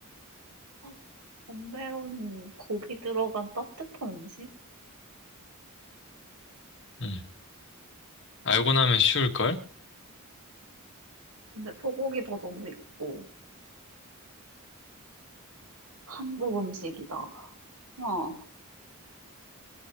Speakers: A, on the right (about 80°); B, on the left (about 55°).
A: 어, 안 매운 고기 들어간 따뜻한 음식?
B: 음. 알고 나면 쉬울걸?
A: 근데 소고기 버전도 있고, 한국 음식이다. 어.